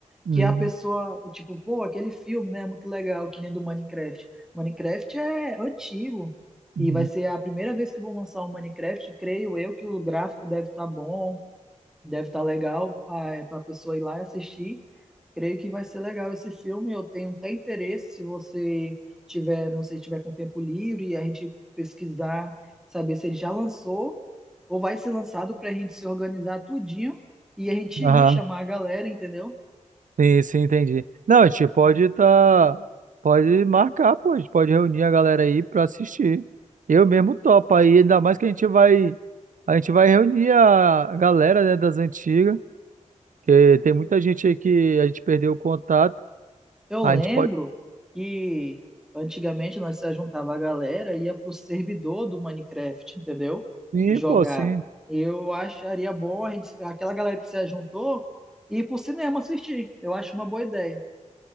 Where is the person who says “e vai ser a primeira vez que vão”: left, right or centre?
Centre